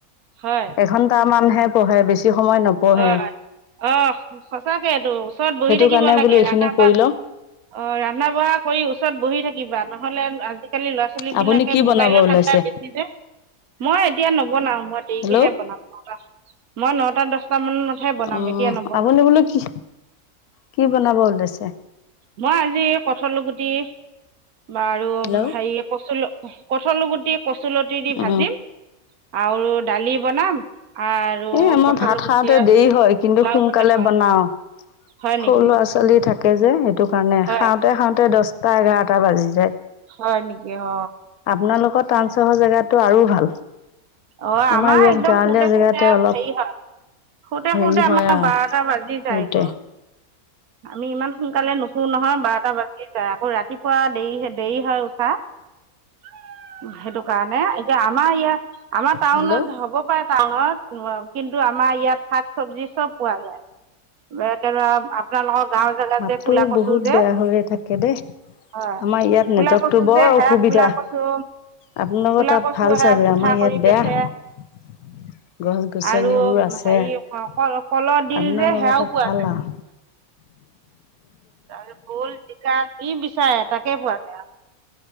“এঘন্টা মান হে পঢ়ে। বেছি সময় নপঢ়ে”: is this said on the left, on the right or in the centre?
Left